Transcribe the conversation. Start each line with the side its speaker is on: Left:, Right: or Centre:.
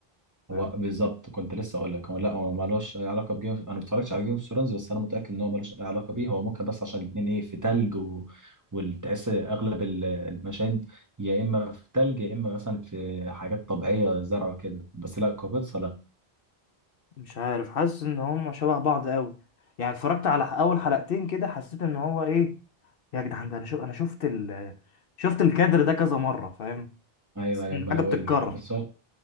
Left: فاهم؟
Right: هو بالظبط كنت لسه اقول لك هو لا هو مالوش اي علاقه بجيم انا ما اتفرجتش على جيم اوف ثرونز بس انا متاكد ان هو مالوش اي علاقه بيه هو ممكن بس عشان الاثنين ايه في تلج و... والتعس اغلب ال- المشاهد يا اما في تلج يا اما مثلا في حاجات طبيعيه زرع وكده بس لا كوفيتسا لا
Left: مش عارف حاسس ان هم شبه بعض قوي يعني اتفرجت على اول حلقتين كده حسيت ان هو ايه يا جدعان ده انا شو انا شفت ال شفت الكادر ده كذا مرة فاهم
Right: ايوه
Left: حاسس
Right: ايوه
Left: إن
Right: ما
Left: حاجة
Right: انا بقول
Left: بتتكرر
Right: لك بس هو